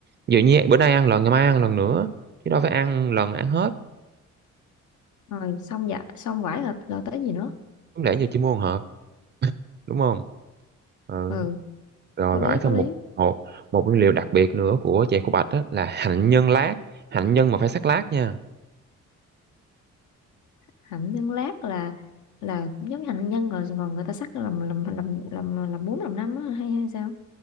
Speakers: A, on the right (about 35°); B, on the left (about 75°).
A: Ví như bữa nay ăn lần ngày mai ăn lần nữa chứ đâu phải ăn lần ăn hết
B: rồi xong dạ xong vải là rồi tới gì nữa
A: không lẽ giờ chỉ mua một hộp đúng không ừ.
B: ừ
A: rồi
B: có
A: vải
B: lý
A: xong
B: có lý
A: một một một nguyên liệu đặc biệt nữa của chè khô bạch đó là hạnh nhân lát hạnh nhân mà phải sắc lát nha
B: hạnh nhân lát là là cũng giống như hạnh nhân rồi còn người ta sắc làm làm làm làm làm bốn làm năm á hay hay sao